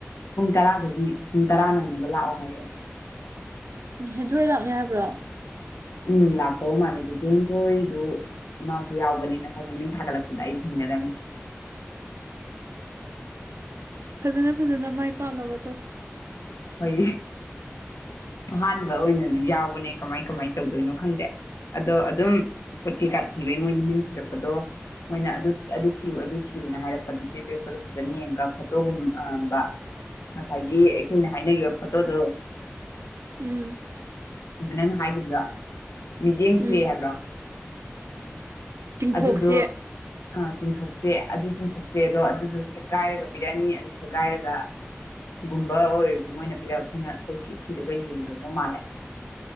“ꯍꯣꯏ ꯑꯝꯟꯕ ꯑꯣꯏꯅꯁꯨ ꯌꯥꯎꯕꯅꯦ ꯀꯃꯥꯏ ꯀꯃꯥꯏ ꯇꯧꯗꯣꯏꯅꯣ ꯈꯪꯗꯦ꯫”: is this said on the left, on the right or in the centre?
Left